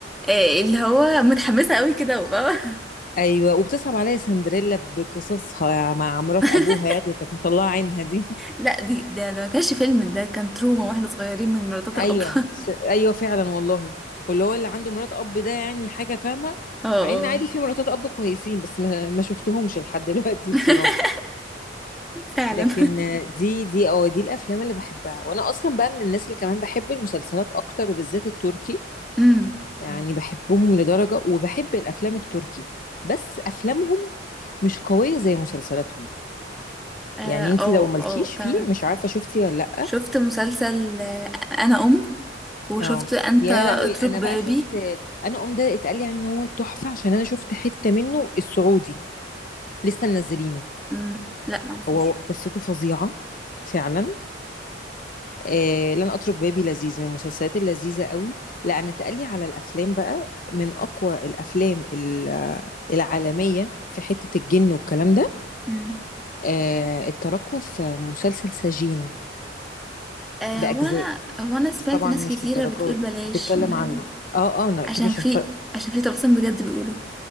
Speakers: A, in the centre; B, on the left (about 50°).
A: إيه اللي هو متحمسه قوي كده وبابا
B: ايوه وبتصعب عليا سندريلا بقصصها مع مرات
A: <laughs>
B: ابوها يعني اللي كانت مطلعه عينها دي
A: لا دي ده ده ما كانش فيلم ده كان تروما واحنا صغيرين من مراتات
B: ايوه
A: الاب
B: س... ايوه فعلا والله واللي هو اللي عنده مرات اب ده يعني حاجه فاهمه
A: اه
B: مع
A: اه
B: ان عادي في مراتات اب كويسين بس ما, ما شفتهمش لحد <laughs> دلوقتي
A: <laughs>
B: بصراحه
A: فعلا
B: لكن دي دي اه دي الافلام اللي بحبها وانا اصلا بقى من الناس اللي كمان بحب المسلسلات اكتر وبالذات التركي
A: امم
B: يعني بحبهم لدرجه وبحب الافلام التركي بس افلامهم مش قويه زي مسلسلاتهم
A: اه
B: يعني انتي
A: اه
B: لو مالكيش
A: آه، فعلا
B: فيه مش عارفه شفتي ولا لا
A: شفت مسلسل آه، انا ام وشفت
B: اه
A: انت
B: يا
A: اترك
B: لهوي انا بقى
A: بابي
B: شفت انا ام ده اتقال لي عليه ان هو تحفه عشان انا شفت حته منه السعودي لسه منزلينه
A: امم لا معرفوش
B: هو قصته فظيعه فعلا آه لن اترك بابي لذيذ من المسلسلات اللذيذه قوي لا انا اتقال لي على الافلام بقى من اقوى الافلام ال- العالميه في حته الجن والكلام ده
A: امم
B: آه التراكوة في مسلسل سجين
A: آه
B: باجزاء
A: هو انا هو انا سمعت
B: بس طبعا
A: ناس
B: مش
A: كتيره
B: الدرجات
A: بتقول بلاش
B: بتتكلم
A: مش عارف-
B: عنه اه اه انا اكيد
A: عشان
B: مش
A: في
B: هتفرق
A: عشان في طلاسم بجد بيقولوا